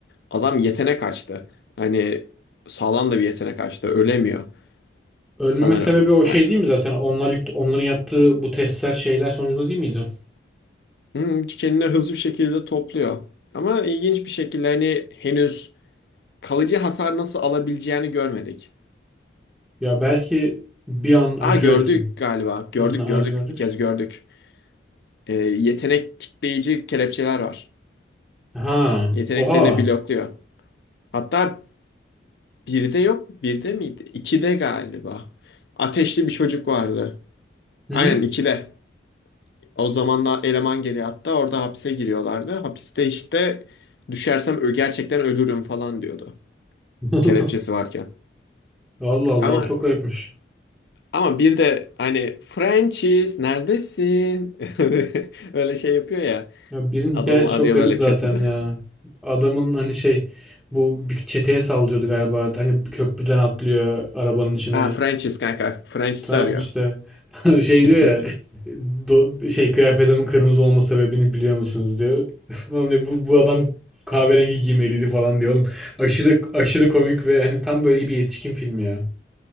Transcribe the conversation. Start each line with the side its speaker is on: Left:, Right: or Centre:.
Left: adam yetenek açtı. Hani sağlam da bir yetenek açtı ölemiyor
Centre: Ölmeme
Left: sanırım.
Centre: sebebi o
Left: Yani
Centre: şey değil mi zaten? Onlar yük- onların yaptığı bu testler şeyler sonucunda değil miydi?
Left: Hmm, kendini hızlı bir şekilde topluyor. Ama ilginç bir şekilde hani henüz kalıcı hasar nasıl alabileceğini görmedik.
Centre: Ya belki bir an hani
Left: Aa
Centre: şöyle
Left: gördük
Centre: düşün.
Left: galiba. Gördük
Centre: N- Nerede
Left: gördük.
Centre: gördük?
Left: Bir kez gördük. Ee, yetenek kitleyici kelepçeler var.
Centre: Ha,
Left: Yeteneklerini
Centre: oha.
Left: blokluyor. Hatta birde yok. Birde miydi? İkide galiba. Ateşli bir çocuk vardı.
Centre: Hı
Left: Aynen
Centre: hı.
Left: ikide. O zamanlar eleman geliyor hatta orada hapse giriyorlardı. Hapiste işte düşersem ö- gerçekten ölürüm falan diyordu.
Centre: <laughs>
Left: Kelepçesi varken.
Centre: Allah Allah
Left: Ama
Centre: o çok garipmiş.
Left: Ama bir de hani Francis neredesin? <laughs> Böyle şey yapıyor ya.
Centre: Ya birinin hikayesi
Left: Adamı
Centre: çok
Left: arıyor
Centre: garip
Left: böyle
Centre: zaten
Left: köprüde.
Centre: ya. Adamın hani şey bu bir çeteye saldırıyordu galiba. Hani köprüden atlıyor arabanın içine.
Left: Ha Francis kanka. Francis
Centre: Tamam
Left: arıyor.
Centre: işte. <laughs> Şey
Left: <laughs>
Centre: diyor ya do- şey kıyafetimin kırmızı olma sebebini biliyor musunuz diyor. <laughs> Lan diyor, bu, bu adam kahverengi giymeliydi falan diyor oğlum. Aşırı aşırı komik ve hani tam böyle bir yetişkin filmi ya.